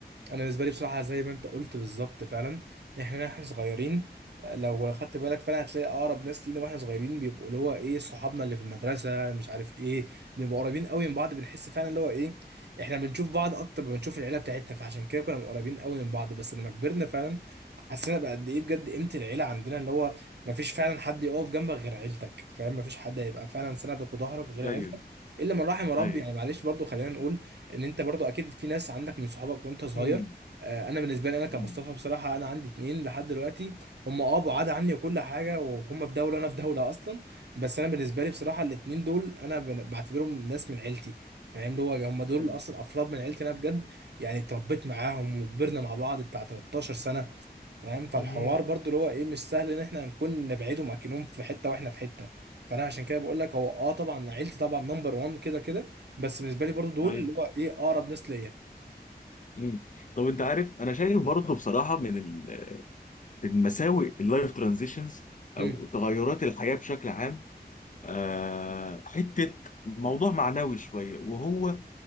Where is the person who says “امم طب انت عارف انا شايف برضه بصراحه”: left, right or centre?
Left